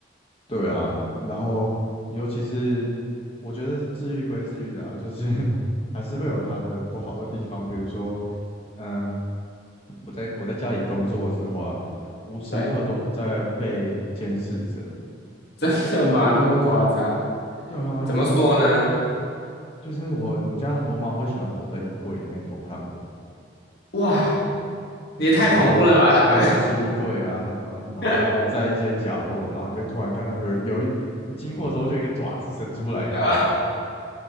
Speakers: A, on the left; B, on the left.
A: 对啊。然后尤其是我觉得治愈归治愈啊，就是 <laughs> 还是会有它的不好的地方，比如说，嗯，我在我在家里工作的时候啊，无时无刻都不在被监视着。
B: 对，<laughs> 真的吗？那么夸张？
A: 对啊，
B: 怎么说呢？
A: 就是就是我我家很多猫会喜欢躲在衣柜里面偷看我，
B: 哇，
A: 对，
B: 也太恐怖了吧，
A: 然后还还有书柜啊什么，
B: 他们。
A: 然后他们就在一些角落，
B: <laughs>
A: 然后你就突然看到有有一你经过的时候，就一个爪子伸出来这样子，
B: 对吧
A: <laughs>